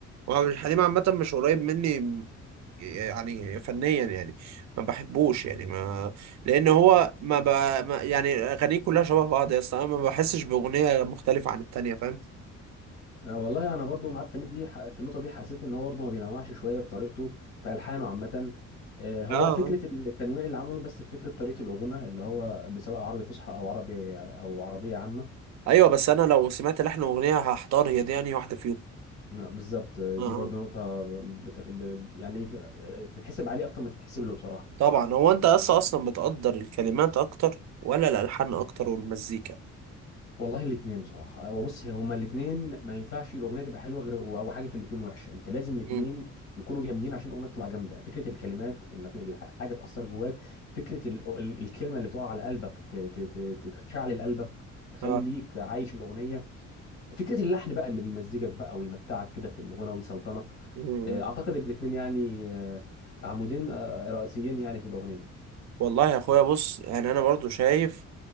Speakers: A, on the right (about 65°); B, on the left (about 60°).
A: وعبد الحليم عامه مش قريب مني يعني فنيا يعني ما بحبوش يعني ما لان هو ما, ب... ما يعني اغانيه كلها شبه بعض يا اسطى انا ما بحسش باغنيه مختلفه عن التانيه فاهم
B: آه، والله انا برضو معاك في النقطه دي ح- في النقطه دي حسيت ان هو برضو ما بينوعش شويه في طريقته في الحانه عامه آه، هو
A: اه
B: فكره التنويع اللي عمله بس في فكره طريقه الاغنيه اللي هو سواء عربي فصحى او عربي او عربيه عامه
A: ايوه بس انا لو سمعت لحن اغنيه هحتار هي دي يعني واحده فيهم
B: آه، بالظبط آه،
A: آه.
B: دي
A: آه.
B: برضو نقطه بتغ... ب- يعني ف- آه، بتتحسب عليه اكتر ما تتحسب له بصراحه
A: طبعا هو انت اصلا اصلا بتقدر الكلمات اكتر ولا الالحان اكتر والمزيكا
B: والله الاثنين بصراحه آه، وبص هي هما الاثنين ما ينفعش الاغنيه تبقى حلوه غير او حاجه في الاثنين وحشه انت لازم الاثنين
A: مم.
B: يكونوا جامدين عشان الاغنيه تطلع جامده فكره الكلمات ان الح- حاجه تاثر جواك فكره ال- ال- الكلمه اللي تقع على قلبك ت- ت- ت- تشعل قلبك تخليك
A: اه
B: عايش الاغنيه فكره اللحن بقى اللي بيمزجك بقى ويمتعك كده في الاغنيه ويسلطنك
A: مم.
B: آه، اعتقد الاثنين يعني آه، عمودين آه، رئيسيين يعني في الاغنيه
A: والله يا اخويا بص يعني انا برضو شايف